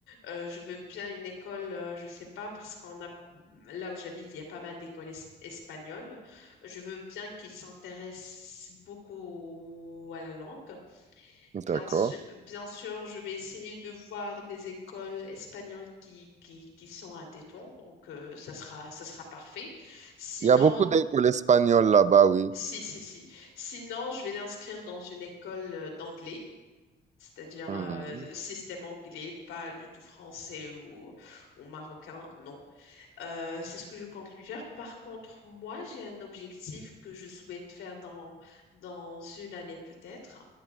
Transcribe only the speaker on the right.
d'accord.
Il y a beaucoup d'écoles espagnoles là-bas, oui.
Mhm.